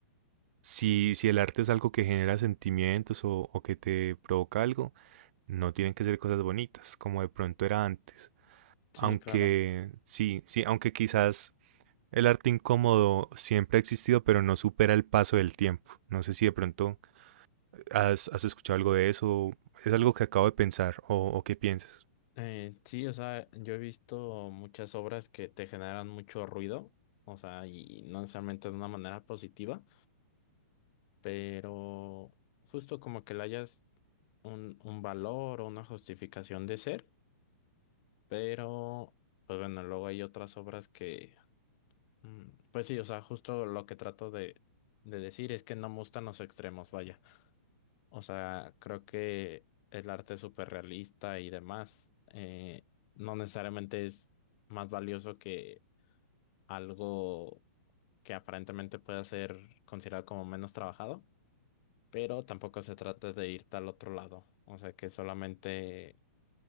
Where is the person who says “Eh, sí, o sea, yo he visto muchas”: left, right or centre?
Left